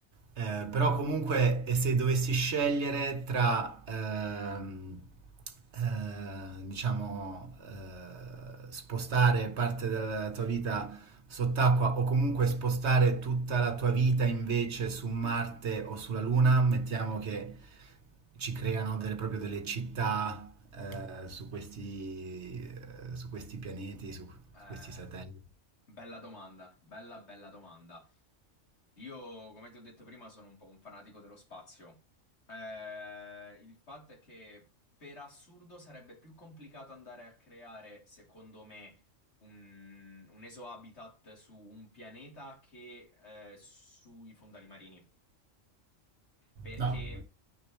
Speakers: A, on the right (about 60°); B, on the left (about 60°).
A: eh, però comunque, e se dovessi scegliere tra, ehm, eh, diciamo, eh, spostare parte della tua vita sott'acqua o comunque spostare tutta la tua vita invece su Marte o sulla Luna, mettiamo che ci creano delle, proprio delle città eh, su questi, eh, su questi pianeti, su
B: Eh,
A: su questi satelliti.
B: bella domanda, bella bella domanda. Io, come ti ho detto prima, sono un po' un fanatico dello spazio. Eh, il fatto è che per assurdo sarebbe più complicato andare a creare, secondo me, un, un esohabitat su un pianeta che eh, sui fondali marini. perché
A: No.